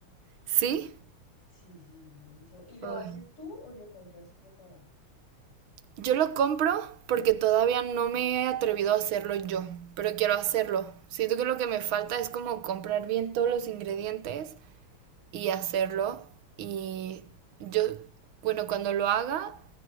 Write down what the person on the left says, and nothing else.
Sí, sí, buenísimo. ¿Y lo
haces tú o lo compras preparado?